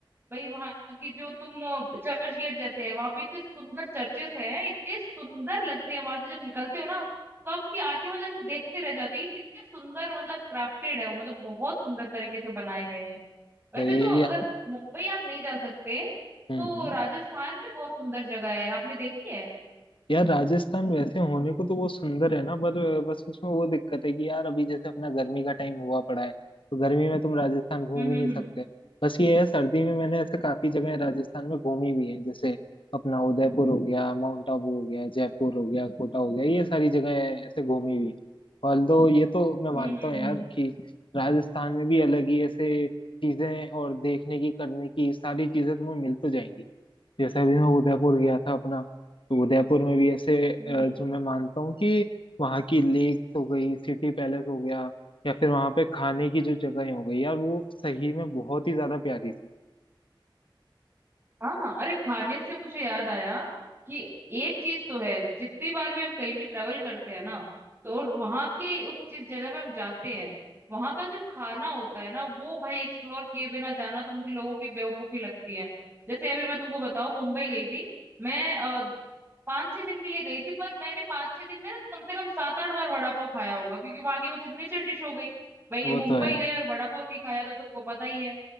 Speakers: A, on the right; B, on the left.
A: भाई वहाँ की जो तुम अ, चर्च गेट जैसे है वहाँ पे इतने सुंदर चर्चेस हैं इतने सुंदर लगते हैं वहां से जब निकलते हो ना तो आपकी आंखें मतलब ऐसे देखते रह जाती है कि कितने सुंदर मतलब क्राफ्टेड है वो मतलब बहुत सुंदर तरीके से बनाए गए हैं वैसे
B: तो ये
A: तो अगर
B: यार
A: मुंबई आप नहीं जा सकते
B: हम्म
A: तो
B: हम्म।
A: राजस्थान भी बहुत सुंदर जगह है आपने देखी है
B: यार राजस्थान वैसे होने को तो वो सुंदर है ना पर अ, बस उसमें वो दिक्कत है कि यार अभी जैसे अपना गर्मी का टाइम हुआ पड़ा है तो गर्मी में तुम राजस्थान घूम
A: हम्म
B: ही नहीं सकते
A: हम्म
B: बस ये है सर्दी में मैंने ऐसे काफी जगह राजस्थान में घूमी भी है जैसे अपना उदयपुर हो गया माउंट आबू हो गया जयपुर हो गया कोटा हो गया ये सारी जगह ऐसे घूमी हुई ऑल दो ये तो मैं मानता
A: हम्म हम्म
B: हूँ यार
A: हम्म हम्म,
B: कि राजस्थान में भी अलग ही ऐसे चीजें और देखने की करने की सारी चीजें तुम्हें मिल तो जाएंगी जैसे अभी मैं उदयपुर गया था अपना तो उदयपुर में भी ऐसे अ,
A: हम्म,
B: जो मैं मानता हूँ कि वहाँ की लेक हो गई सिटी पैलेस हो गया या फिर वहाँ पे खाने की जो जगह हो गई यार वो सही में बहुत ही ज्यादा प्यारी थी
A: हाँ अरे खाने से मुझे याद आया कि एक चीज तो है जितनी बार भी हम कहीं भी ट्रेवल करते हैं ना तो और वहां के उस जिस जगह पे हम जाते हैं वहां का जो खाना होता है ना वो भाई एक्सप्लोर किए बिना जाना तो मुझे लोगों की बेवकूफी लगती है जैसे अभी मैं तुमको बताऊं मुंबई गई थी मैं अ, पाँच छह दिन के लिए गई थी पर मैंने पाँच छह दिन में ना कम से कम सात आठ बार वड़ा पाव खाया होगा क्योंकि वहां की वो सिग्नेचर डिश हो गई भाई
B: वो
A: मुंबई
B: तो है
A: गए और वड़ा पाव नहीं खाया तो तुमको पता ही है